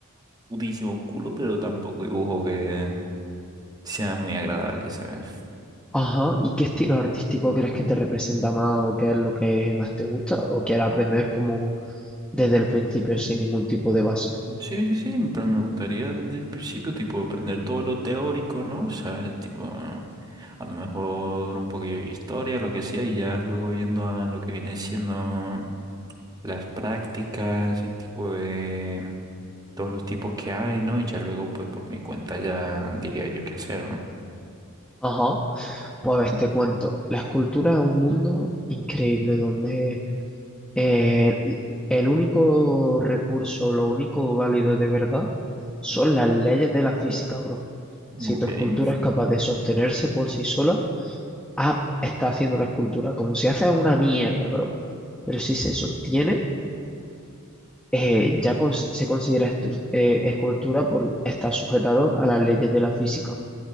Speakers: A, on the right; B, in the centre.
A: putísimo culo, pero tampoco dibujo que sea muy agradable, ¿sabes?
B: Ajá, ¿y qué estilo artístico crees que te representa más o qué es lo que más te gusta o quieres aprender como desde el principio sin ningún tipo de base?
A: Sí, sí, sí, pero me gustaría desde el principio, tipo, aprender todo lo teórico, ¿no? ¿Sabes? Tipo, a lo mejor un poquillo de historia, lo que sea, y ya luego yendo a lo que viene siendo las prácticas, el tipo de... todos los tipos que hay, ¿no? Y ya luego, pues, por mi cuenta ya diría yo qué hacer,
B: Ajá, pues a ver, te cuento, la escultura es un mundo increíble donde eh, el único recurso, lo único válido de verdad son las leyes de la física, bro.
A: ¿no?
B: Si tu
A: Okay.
B: escultura es capaz de sostenerse por sí sola, ah, está haciendo la escultura. Como si hace una mierda, bro. Pero si se sostiene, eh, ya cons- se considera estu- eh, escultura porque está sujetado a las leyes de la física.